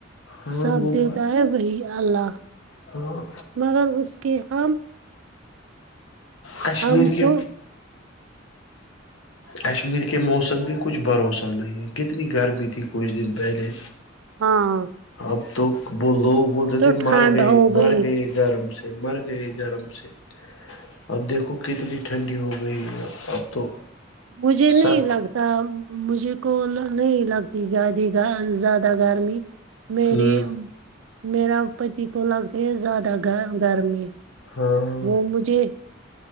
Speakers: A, on the left; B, on the right.
A: ہاں
B: سب
A: وہ
B: دیتا
A: بات
B: ہے بی اللہ
A: ہاں
B: مگر اس کے ہم
A: کشمیر
B: ہم
A: کے
B: تو
A: کشمیر کے موسم پہ کچھ بھروسہ نہیں ہے کتنی گرمی تھی کچھ دن پہلے
B: ہاںاں
A: اب تو وہ لوگ بولتے تھے
B: ٹھنڈ
A: مر گئے
B: ہو
A: مر
B: گئی
A: گئے گرم سے مر گئے گرم سے اب دیکھو کتنی ٹھنڈی ہو گئی ہے اب تو
B: مجھے نہیں
A: سرد
B: لگتا مجھے کو نہیں لگتی زیادہ زیادہ گرمی میری
A: ہوں
B: میرا پتی کو لگتے ہے زیادہ گ گرمی
A: ہاں <inaudible>
B: وہ مجھے